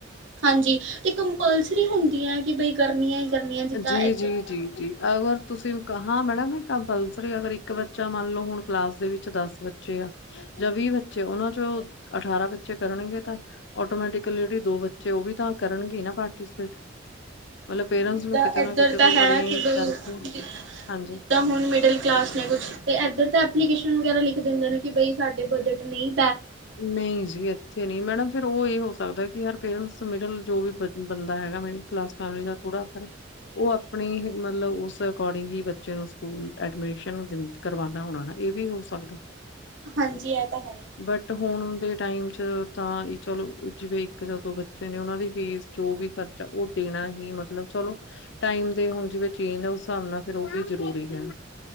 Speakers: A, on the right (about 70°); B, on the left (about 65°).
A: ਹਾਂਜੀ, ਤੇ ਕੰਪਲਸਰੀ ਹੁੰਦੀਆ ਐਕਿ ਬਈ ਕਰਨੀਆਂ ਉ ਕਰਨੀਆਂ। ਜਿੱਦਾਂ
B: ਜੀ,
A: ਇੱਧਰ
B: ਜੀ,
A: ਤਾਂ
B: ਜੀ, ਜੀ ਅਗਰ ਤੁਸੀਂ ਹਾਂ, ਮੈਡਮ ਕੰਪਲਸਰੀ ਅਗਰ ਇੱਕ ਬੱਚਾ ਮੰਨ ਲੋ ਹੁਣ ਕਲਾਸ ਦੇ ਵਿੱਚ ਦਸ ਬੱਚੇ ਆ ਜਾਂ ਵੀਹ ਬੱਚੇ ਉਹਨਾ ਚੋਂ ਅਠਾਰਾਂ ਬੱਚੇ ਕਰਨਗੇ ਤਾਂ ਆਟੋਮੈਟਿਕਲੀ ਜਿਹੜੇ ਦੋ ਬੱਚੇ ਉਹ ਵੀ ਤਾਂ ਕਰਨਗੇ ਨਾਂ ਪਾਰਟੀਸਪੇਟ
A: ਮਤਲਬ
B: ਪੇਰੈਂਟਸ
A: ਜਿੱਦਾਂ
B: ਨੂੰ ਕਿਤੇ
A: ਇੱਧਰ
B: ਨਾ ਕਿਤੇ
A: ਤਾਂ
B: ਤੋਂ
A: ਹੈ
B: ਅਰੇਂਜ
A: ਕਿ ਕੇਵਲ
B: ਕਰਕੇ ਹਾਂਜੀ।
A: ਜਿੱਦਾਂ ਹੁਣ ਮਿਡਲ ਕਲਾਸ ਨੇਂ ਕੁਛ ਤੇ ਇੱਧਰ ਦਾ ਐਪਲੀਕੇਸ਼ਨ ਸ਼ਨ ਵਗੈਰਾ ਲਿਖ ਦਿੰਦੇ ਨੇਂ ਕਿ ਬਈ ਸਾਡੇ ਬਜਟ ਨਈਂ।
B: ਨਈਂ ਜੀ ਇੱਥੇ ਨਈਂ, ਮੈਡਮ ਫਿਰ ਉਹ ਇਹ ਹੋ ਸਕਦਾ ਯਾਰ ਪੇਰੈਂਟਸ ਮਿਡਲ ਜੋ ਵੀ ਬੰਦਾ ਹੈਗਾ ਮਿਡਲ ਕਲਾਸ ਫੈਮਲੀ ਦਾ ਥੋੜਾ ਫ ਉਹ ਆਪਣੀ ਮਤਲਬ, ਅਕੋਡਿੰਗ ਹੀ ਬੱਚੇ ਨੂੰ ਸਕੂਲ ਐਡਮਿਸ਼ਨ ਕਰਵਾਉਦਾ ਹੋਣਾ ਨਾ ਇਹ ਵੀ ਹੋ ਸਕਦਾ।
A: ਹਾਂਜੀ ਇਹ ਤਾਂ ਹੈ ਹੀ।
B: ਬਟ ਹੁਣ ਦੇ ਟਾਈਮ ਚ ਤਾਂ ਚਲੋ ਜਿਵੇ ਇੱਕ ਜਾਂ ਦੋ ਬੱਚੇ ਨੇ ਓਨਾ ਦੀ ਫੀਸ ਜੋ ਵੀ ਖਰਚਾ ਉਹ ਦੇਣਾ ਹੀ ਮਤਲਬ ਚਲੋ ਟਾਈਮ ਦੇ ਹੁਣ ਜਿਵੇ ਚੇਂਜ ਆ ਉਸ ਹਿਸਾਬ ਨਾਲ ਵੀ ਜਰੂਰੀ ਹੈ,